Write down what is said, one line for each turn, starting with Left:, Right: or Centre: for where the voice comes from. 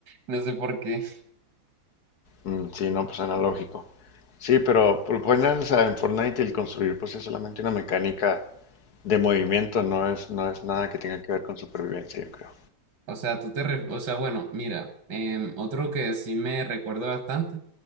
Right: No sé por qué.
Left: Mm, sí, no, pues analógico. Sí, pero por- ponen, o en Fortnite y el construir pues es solamente una mecánica de movimiento, no es, no es nada que tenga que ver con supervivencia, yo creo.
Right: O sea, tú te, ref- o sea, bueno, mira, em, otro que sí me recuerdo bastante,